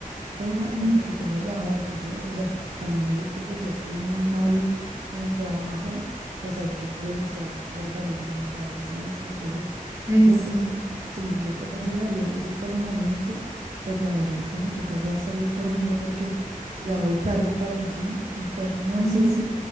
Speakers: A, on the right (about 50°); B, on the right (about 20°).
A: una hasta
B: Mm,
A: que tengas la otra, ¿sabes? O sea, a menos de que pues ya estés muy mal en el trabajo, pues hay que priorizar la salud mental, ¿sabes? Entonces,
B: Eso.
A: yo pues sí, yo te aconsejaría eso por el momento. Pues la verdad, ahorita me toca ya salir corriendo porque ya voy tarde para el gym. Entonces, no
B: Ah,
A: sé si,